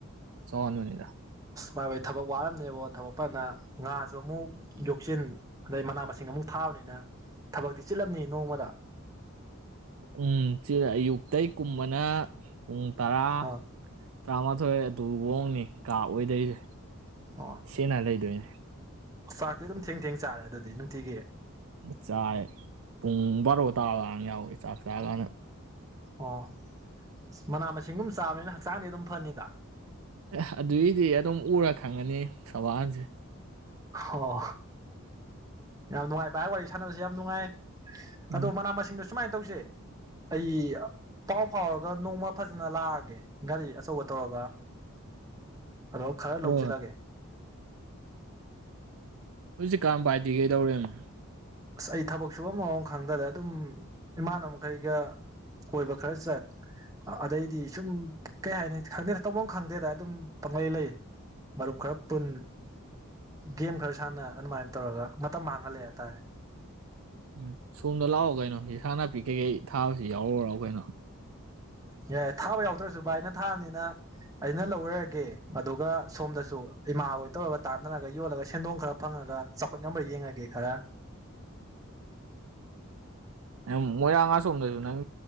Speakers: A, on the right; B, on the right.
A: ꯆꯥꯎꯍꯟꯕꯅꯤꯗ
B: ꯕꯥꯏ ꯍꯣꯏ ꯊꯕꯛ ꯋꯥꯔꯝꯅꯦꯕꯣ ꯊꯕꯛ ꯐꯅ ꯉꯥꯁꯨ ꯑꯃꯨꯛ ꯌꯣꯛꯁꯤꯟ ꯑꯗꯩ ꯃꯅꯥ ꯃꯁꯤꯡ ꯑꯃꯨꯛ ꯊꯥꯕꯅꯤꯅ ꯊꯕꯛꯇꯤ ꯆꯤꯜꯂꯝꯅꯤ ꯅꯣꯡꯃꯗ
A: ꯎꯝ ꯆꯤꯟꯂꯤ ꯑꯌꯨꯛꯇꯩ ꯀꯨꯝꯕꯅ ꯄꯨꯡ ꯇꯔꯥ
B: ꯑꯥ
A: ꯇꯔꯥꯃꯥꯊꯣꯏ ꯑꯗꯨꯋꯣꯡꯅꯤ ꯀꯥ ꯑꯣꯏꯗꯣꯏꯁꯦ
B: ꯑꯣ
A: ꯁꯤꯅ ꯂꯩꯗꯣꯏꯅꯦ
B: ꯆꯥꯛꯇꯤ ꯑꯗꯨꯝ ꯊꯦꯡ ꯊꯦꯡ ꯆꯥꯔꯦ ꯑꯗꯨꯗꯤ ꯅꯨꯡꯇꯤꯒꯤ
A: ꯆꯥꯏ ꯄꯨꯡ ꯕꯥꯔꯣ ꯇꯥꯕꯒ ꯌꯥꯎꯋꯤ ꯆꯥꯛ ꯆꯥ ꯀꯥꯟꯗ
B: ꯑꯣ ꯃꯅꯥ ꯃꯁꯤꯡꯒꯨꯝ ꯆꯥꯕꯅꯤꯅ ꯍꯛꯆꯥꯡꯗꯤ ꯑꯗꯨꯝ ꯐꯅꯤꯗ
A: ꯑꯦ ꯑꯗꯨꯏꯗꯤ ꯑꯗꯨꯝ ꯎꯔ ꯈꯪꯉꯅꯤ ꯁꯕꯥꯟꯁꯦ
B: ꯑꯣ ꯌꯥꯝ ꯅꯨꯡꯉꯥꯏ ꯚꯥꯏ ꯋꯥꯔꯤ ꯁꯥꯟꯅꯕꯁꯤꯦ ꯌꯥꯝ ꯅꯨꯡꯉꯥꯏ
A: ꯎꯝ
B: ꯑꯗꯣ ꯃꯅꯥ ꯃꯁꯤꯡꯗꯨ ꯁꯨꯃꯥꯏꯅ ꯇꯧꯁꯦ ꯑꯩ ꯄꯥꯎ ꯐꯥꯎꯔꯒ ꯅꯣꯡꯃ ꯐꯖꯅ ꯂꯥꯛꯑꯒꯦ ꯒꯥꯔꯤ ꯑꯆꯧꯕ ꯇꯣꯒ ꯑꯗꯣ ꯈꯔ
A: ꯍꯣꯏ
B: ꯂꯧꯖꯤꯜꯂꯒꯦ
A: ꯍꯧꯖꯤꯛꯀꯟ ꯕꯥꯏꯗꯤ ꯀꯩꯗꯧꯔꯦꯅꯣ
B: ꯑꯁ ꯑꯩ ꯊꯕꯛ ꯁꯨꯕꯃꯃꯝ ꯈꯪꯗꯗ ꯑꯗꯨꯝ ꯏꯃꯥꯟꯅꯕ ꯃꯈꯩꯒ ꯀꯣꯏꯕ ꯈꯔ ꯆꯠ ꯑꯗꯩꯗꯤ ꯁꯨꯝ ꯀꯩ ꯍꯥꯏꯅꯤ ꯈꯪꯗꯦ ꯇꯐꯝ ꯑꯃ ꯈꯪꯗꯦꯗ ꯑꯗꯨꯝ ꯄꯪꯂꯪꯂꯩ ꯂꯩ ꯃꯔꯨꯞ ꯈꯔ ꯄꯨꯟ ꯒꯦꯝ ꯈꯔ ꯁꯥꯟꯅ ꯑꯗꯨꯃꯥꯏꯅ ꯇꯧꯔꯒ ꯃꯇꯝ ꯃꯥꯡꯍꯜꯂꯦ ꯍꯥꯏꯇꯥꯔꯦ
A: ꯎꯝ ꯁꯣꯝꯗ ꯂꯥꯛꯑꯣ ꯀꯩꯅꯣ ꯍꯁꯥꯡ ꯅꯥꯄꯤ ꯀꯩꯀꯩ ꯊꯥꯕꯁꯤ ꯌꯥꯎꯔꯔꯣ ꯀꯩꯅꯣ
B: ꯌꯥꯏ ꯊꯥꯕ ꯌꯥꯎꯗ꯭ꯔꯁꯨ ꯚ ꯑꯩꯅ ꯊꯥꯕꯅꯤꯅ ꯑꯩꯅ ꯂꯧꯔꯔꯒꯦ ꯑꯗꯨꯒ ꯁꯣꯝꯗꯁꯨ ꯏꯃꯥ ꯍꯣꯏ ꯇꯧꯔꯒ ꯇꯥꯟꯅꯔꯒ ꯌꯣꯜꯂꯒ ꯁꯦꯟꯗꯣꯡ ꯈꯔ ꯐꯪꯉꯒ ꯆꯥꯎꯈꯠ ꯉꯝꯕꯔ ꯌꯦꯡꯉꯒꯦ ꯈꯔ
A: ꯎꯝ ꯃꯣꯏꯔꯥꯡ ꯉꯥ ꯁꯣꯝꯗꯁꯨ ꯅꯪ